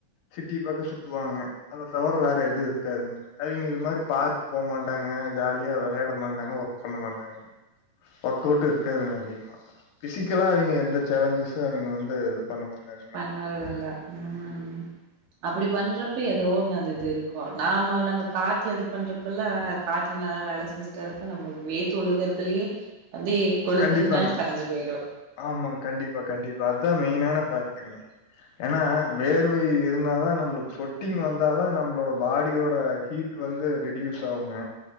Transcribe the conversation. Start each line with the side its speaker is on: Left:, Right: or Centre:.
Left: சிட்டி பாக்க சுத்துவாங்க அத தவர வேற எது இருக்காதுங்க அவிங்க இது மாரி பார்க் போமாட்டாங்க ஜாலியா விளையாட மாட்டாங்க ஒர்க் பண்ண மாட்டாங்கே ஒர்க் அவுட்டு இருக்காதுங்க அதிமா பிசிக்கலா அவிங்க எந்த சேலஜ்சஸ்ஸு அவிங்க வந்து பண்ண மாட்டாங்கே
Right: நல் நல்லா ம் அப்டி பண்றப்பே ஏதோ ஒன்னு அந்த இது இருக்கு நாம நமக்கு காட்ல இது பண்றப்பல்லா காட்ல நல்லா வேல செஞ்சுட்டு இருப்ப நம்ளுக்கு வேத்து ஒழுகிறதுலயே வந்து கொழுப்பு
Left: கண்டிப்பாங்க
Right: இருந்தனால கரஞ்சி போயிரு
Left: ஆமா கண்டிப்பா கண்டிப்பா அதா மெயினான ஃபேக்டுங்க ஏன்னா
Right: ம்
Left: வேர்வை இருந்தா தா நம்ளுக்கு சொட்டிங் வந்தா தா நம்ளோட பாடியோட ஹீட் ட்டு வந்து ரெடியூஸ் ஆகுங்க